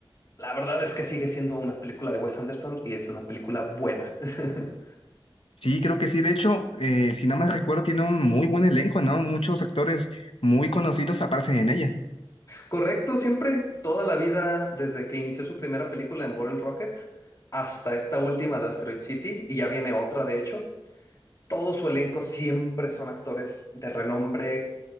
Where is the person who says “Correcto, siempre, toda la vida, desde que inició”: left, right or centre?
Left